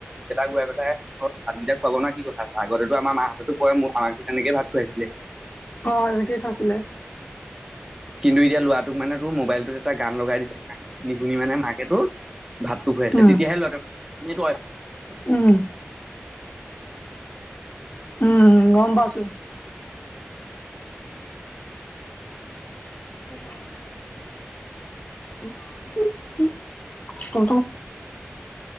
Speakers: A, on the right (about 15°); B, on the left (about 40°).
A: গুৱাই পেলাই ঘৰত ভাতকেইটা খুৱাব ন কি কথা আছে আগতে আমাৰ মাহঁতো কয় ম আমাকো তেনেকে ভাত খুৱাইছিলে
B: অ এনেকে খাইছিলে
A: কিন্তু এতিয়া ল'ৰাটোক মানে তোৰ মোবাইলটোত এটা গান লগাই দিছে গান শুনি শুনি মানে মাক হেতু ভাতটো খুৱাই আছে
B: উম
A: তেতিয়াহে লৰা
B: উম উম গম পাইছো পম <unintelligible> <unintelligible>